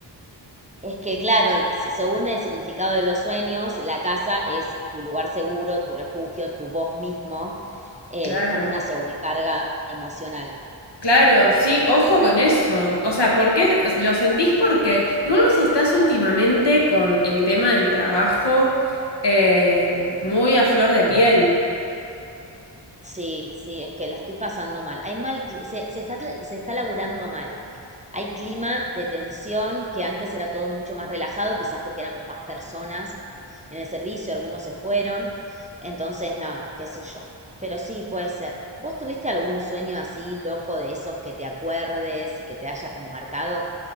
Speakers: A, on the right; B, on the left.
A: Es que, claro, se- según el significado de los sueños, la casa es tu lugar seguro, tu refugio, tu vos mismo. eh,
B: Claro.
A: es como una sobrecarga emocional.
B: Claro, sí, ojo con eso. O sea, ¿por qué lo sentís? Porque igual vos estás últimamente con el tema del trabajo eh, muy a flor de piel.
A: Sí, sí, es que la estoy pasando mal. Hay mal, cli- se, se está, tra- se está laburando mal. Hay clima de tensión que antes era todo mucho más relajado, quizás porque éramos más personas en el servicio, algunos se fueron. Entonces, nada, qué sé yo. Pero sí, puede ser. ¿Vos tuviste algún sueño así loco de esos que te acuerdes y que te haya como marcado?